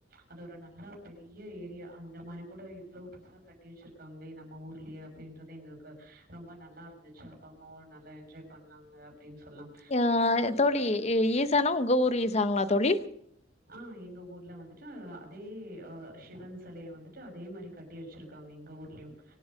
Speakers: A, on the right; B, on the left.
A: அத ஒரு நல்ல பெரிய ஏரியா அந்த மாரி கூட இ்வ்ளோ பெர்சா கட்டி வெச்சிருக்காங்ளே நம்ம ஊர்லயே அப்டின்றது எங்ளுக்கு ரொம்ப நல்லா இருந்துச்சு அப்பா அம்மாவ ஒரு நல்லா என்ஜாய் பண்ணாங்க அப்டின்னு சொல்லாம்
B: யா தோழி ஈ ஈசானா உங்க ஊரு ஈசாங்களா தோழி
A: ஆ எங்க ஊர்ல வந்துட்டு அதே ஆ சிவன் செலைய வந்துட்டு அதே மாரி கட் ட்டி வச்சிருக்காங்க எங்க ஊர்லயும்